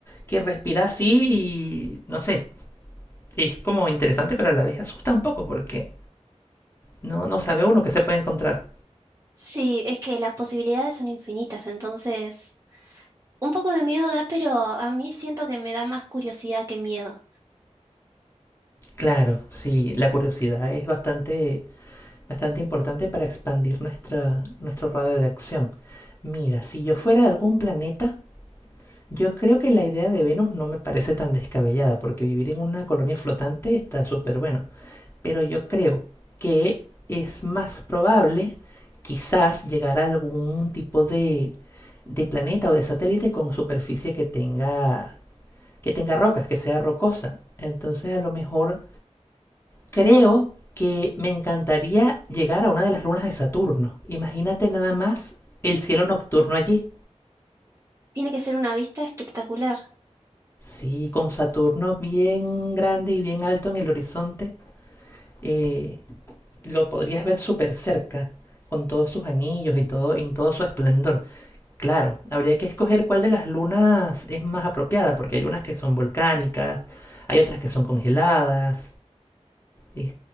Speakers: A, on the left (about 20°); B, on the right (about 25°).
A: que respira así y no sé, es como interesante, pero a la vez asusta un poco porque no, no sabe uno qué se puede encontrar.
B: sí, es que las posibilidades son infinitas, entonces un poco de miedo da, pero a mí siento que me da más curiosidad que miedo.
A: Claro, sí, la curiosidad es bastante, bastante importante para expandir nuestra, nuestro radio de acción. Mira, si yo fuera de algún planeta, yo creo que la idea de Venus no me parece tan descabellada, porque vivir en una colonia flotante está súper bueno. Pero yo creo que es más probable quizás llegar a algún tipo de, de planeta o de satélite con superficie que tenga, que tenga rocas, que sea rocosa. Entonces a lo mejor Creo que me encantaría llegar a una de las lunas de Saturno. Imagínate nada más el cielo nocturno allí.
B: Tiene que ser una vista espectacular.
A: Sí, con Saturno bien grande y bien alto en el horizonte, eh, lo podrías ver súper cerca, con todos sus anillos y todo, en todo su esplendor. Claro, habría que escoger cuál de las lunas es más apropiada, porque hay unas que son volcánicas, hay otras que son congeladas. Es